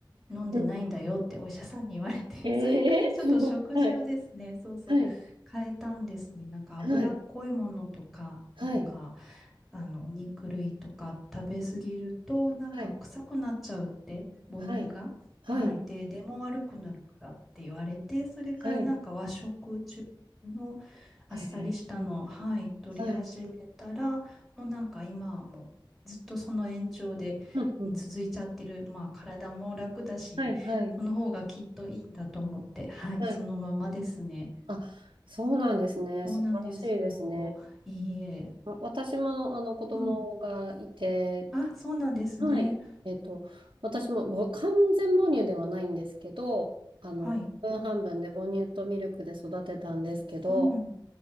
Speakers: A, in the centre; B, on the right.
A: 飲んでないんだよってお医者さんに言われて、
B: うん。
A: <laughs>
B: え
A: それからちょっと食事をですね、
B: え <laughs> はい。
A: そうそう、
B: はい。
A: 変えたんですね。なんか、
B: はい。
A: 脂っこいものとか、
B: はい。
A: なんか、あの、お肉類とか食べ過ぎると、なんか臭くなっちゃうって、
B: はい。
A: 母乳が。
B: はい。はい。
A: はい。で、出も悪くなるからって言われて、それからなんか和食中の
B: はい。
A: あっさりしたのを、
B: へえ。
A: はい、取り始めたら、
B: はい。
A: もうなんか今はもうずっとその延長でうん続いちゃってる。
B: うん。うん。
A: まあ体も楽だし、
B: はい。はい。
A: この方がきっといいんだと思って、はい、
B: はい。
A: そのままですね。
B: あ、そうなんですね。
A: そうなんですよ。
B: 素晴らしいですね。
A: いいえ。
B: わ私もあの子供がいて、
A: うん。あ、そうなんですね。
B: はい。えっと、私もぼ完全母乳ではないんですけど、あの、
A: はい。
B: 半分半分で母乳とミルクで育てたんですけど、
A: うん。